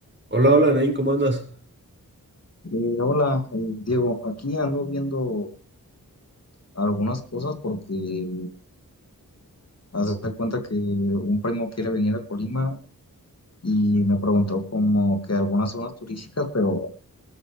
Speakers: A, on the right (about 30°); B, on the left (about 45°).
A: Hola, hola, Nain, ¿cómo andas?
B: Eh, hola, eh, Diego. Aquí ando viendo algunas cosas porque haz de cuenta que un primo quiere venir a Colima y me preguntó como que algunas zonas turísticas, pero